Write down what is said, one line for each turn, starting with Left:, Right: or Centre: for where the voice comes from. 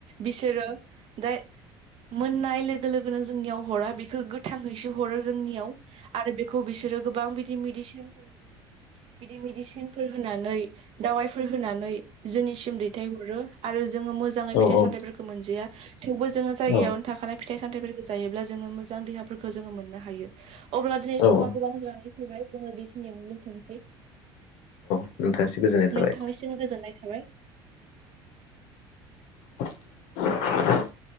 Right: बिसोरो दा मोननाय लोगो लोगोनो जोंनियाव हरा बेखौ थांहैसो हरो जोंनियाव आरो बेखौ बिसोरो गोबां बिदि मेडिसिनफोर बिदि मेदिसिन फोर होनानै दावाइफोर होनानै जोंनिसिम दैथायहरो आरो जोङो मो मोजाङै
Left: औ
Right: फिथाइ सामथाइफोरखौ मोनजाया थेवबो जोङो जायगायावनो
Left: औ
Right: थाखानाय फिथाइ सामथाइफोरखौ जायोब्ला जोङो मोजां देहाफोरखौ जोङो मोननो हायो अब्ला
Left: औ
Right: दिनै समा गोबां जानानै फैबाय जोङो बेखिनियावनो दोनथ'नोसै।
Left: नोंथासे गोजोननाय थाबाय।
Right: नोंथांनिसिम गोजोननाय थाबाय।
Left: <inaudible>